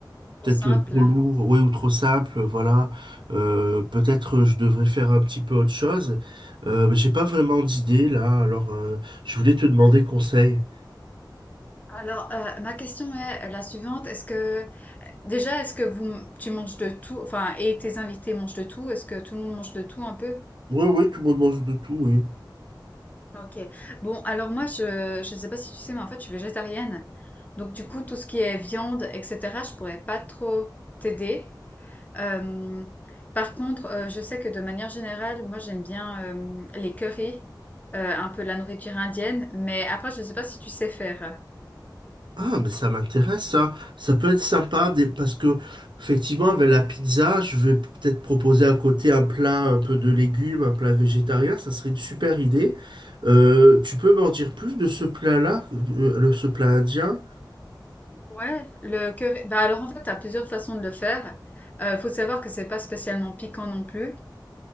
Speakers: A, on the left; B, on the right.
A: trop
B: peut-être
A: simple.
B: trop lourd, ouais, ou trop simple, voilà. Euh, peut-être je devrais faire un petit peu autre chose. Euh, mais j'ai pas vraiment d'idée là, alors euh, je voulais te demander conseil.
A: Alors, euh, ma question est euh, la suivante. Est-ce que, euh, déjà, est-ce que vous, tu manges de tout, enfin, et tes invités mangent de tout? Est-ce que tout le monde mange de tout un peu?
B: Oui, oui, tout le monde mange de tout, oui.
A: Ok. Bon, alors moi, je, je sais pas si tu sais, mais en fait, je suis végétarienne. Donc, du coup, tout ce qui est viande, etc., je pourrais pas trop t'aider. Euh, par contre, euh, je sais que de manière générale, moi, j'aime bien euh, les currys, euh, un peu la nourriture indienne, mais après, je sais pas si tu sais faire.
B: Ah, mais ça m'intéresse, ça. Ça peut être sympa des- parce que, effectivement, avec la pizza, je vais peut-être proposer à côté un plat un peu de légumes, un plat végétarien. Ça serait une super idée. Euh, tu peux m'en dire plus de ce plat-là, euh, de le- ce plat indien?
A: Ouais, le que bah alors en fait, t'as plusieurs façons de le faire. Euh, faut savoir que c'est pas spécialement piquant non plus,